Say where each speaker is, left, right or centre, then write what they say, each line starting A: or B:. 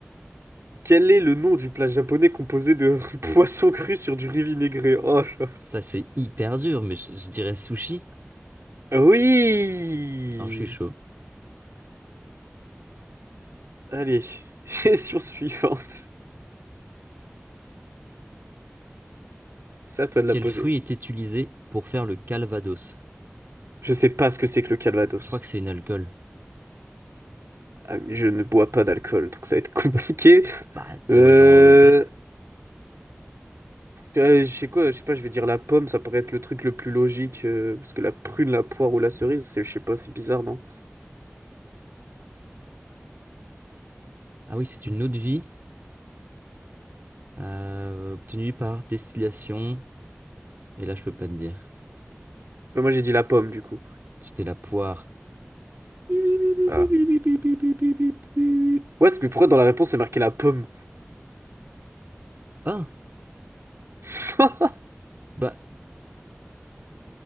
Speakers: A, on the right; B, on the right.
A: Quel est le nom du plat japonais composé de <laughs> poisson cru sur du riz vinaigré? Oh là.
B: Ça, c'est hyper dur, mais je, je dirais sushi.
A: Oui!
B: Non, je suis chaud.
A: Allez, <laughs> question suivante. C'est à toi de la
B: Quel
A: poser.
B: fruit est utilisé pour faire le calvados?
A: Je sais pas ce que c'est que le Calvados.
B: Je crois que c'est une alcool.
A: Ah, Je ne bois
B: Attends.
A: pas d'alcool, donc ça va être <laughs> compliqué.
B: Bah,
A: Euh...
B: moi, j'en. je-
A: euh, je sais quoi, je sais pas, je vais dire la pomme, ça paraît être le truc le plus logique, euh, parce que la prune, la poire ou la cerise, c'est- je sais pas, c'est bizarre, non?
B: Ah oui, c'est une eau de vie euh, obtenue par distillation. Et là, je peux pas te dire.
A: Mais moi j'ai dit la pomme, du coup.
B: C'était la poire. Bip, bip,
A: Ah.
B: bip, bip, bip, bip, bip, bip, bip, bip, bip,
A: What? Mais pourquoi dans la réponse c'est marqué la pomme?
B: Ah,
A: <laughs>
B: bah,